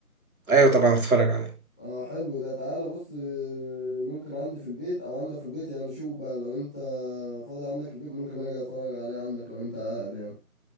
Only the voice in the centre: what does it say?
اه حلو ده تعالى بص آه، ممكن عندي في البيت أو عندك في البيت يعني شوف بقى لو أنت فاضي عندك البيت ممكن أجي أتفرج عليه عندك لو أنت قاعد يعني